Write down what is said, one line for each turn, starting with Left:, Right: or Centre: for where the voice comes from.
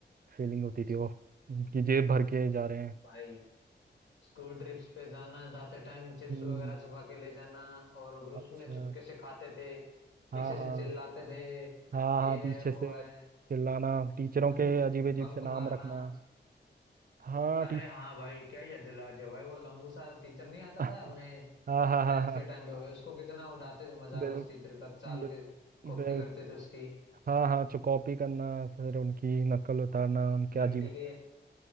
Right: फीलिंग होती थी वो कि जेब भर के जा रहे हैं
Left: भाई स्कूल ट्रिप्स पे जाना जाते टाइम चिप्स
Right: हम्म
Left: वगैरह छुपा के ले जाना और ग्रुप्स
Right: अच्छा
Left: में चुपके से खाते थे
Right: हाँ
Left: पीछे से
Right: हाँ
Left: चिल्लाते थे
Right: हाँ
Left: ये
Right: हाँ पीछे
Left: है वो
Right: से
Left: है
Right: चिल्लाना टीचरों
Left: हम्म
Right: के अजीब अजीब
Left: बंक
Right: से नाम
Left: मारना
Right: रखना हाँ
Left: अरे
Right: टी
Left: हाँ
Right: <laughs>
Left: भाई क्या याद दिला दिया भाई वो लंबू सा टीचर नहीं आता
Right: हाँ
Left: था अपने
Right: हाँ हाँ
Left: टेंथ
Right: हाँ
Left: के टाइम पे हुआ उसको कितना उड़ाते थे मजाक
Right: बिल
Left: उस टीचर का चाल
Right: बिल
Left: के कॉपी
Right: बिल
Left: करते थे उसकी
Right: हाँ हाँ चुकौपी करना फिर उनकी नकल उतारना उनके
Left: मिट्टी
Right: अजीब
Left: के